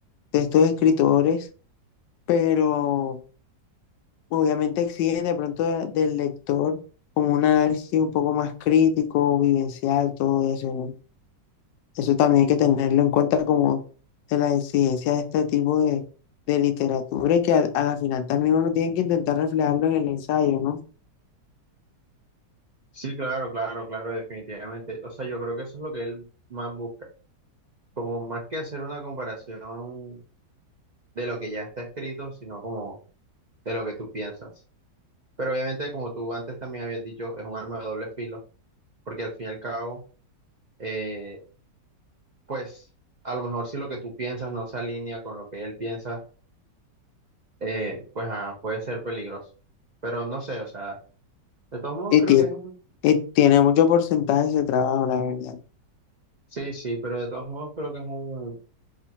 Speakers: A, on the left (about 80°); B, on the right (about 80°).
A: de estos escritores, pero obviamente exigen de pronto de- del lector como un análisis un poco más crítico, vivencial, todo eso, ¿no? Eso también hay que tenerlo en cuenta como de las exigencias de este tipo de, de literatura y que al- a, la final también uno tiene que intentar reflejarlo en el ensayo, ¿no?
B: Sí, claro, claro, claro, definitivamente. O sea, yo creo que eso es lo que él más busca. Como más que hacer una comparación de lo que ya está escrito, sino como de lo que tú piensas. Pero obviamente, como tú antes también habías dicho, es un arma de doble filo, porque al fin y al cabo, eh, pues a lo mejor si lo que tú piensas no se alinea con lo que él piensa, eh, pues ah, puede ser peligroso. Pero no sé, o sea, de todos modos
A: Y
B: creo
A: tie-
B: que es un...
A: y tiene, mucho porcentaje ese trabajo, la verdad.
B: Sí, sí, pero de todos modos creo que es un